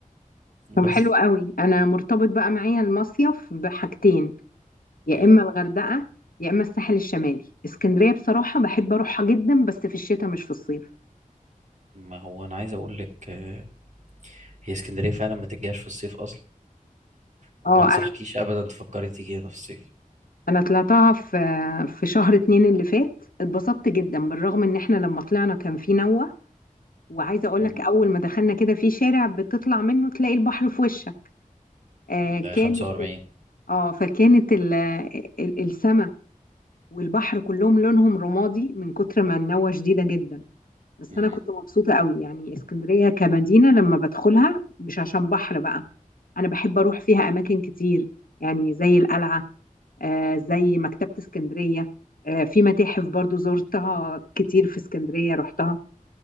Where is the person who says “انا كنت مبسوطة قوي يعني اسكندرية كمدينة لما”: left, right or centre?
Left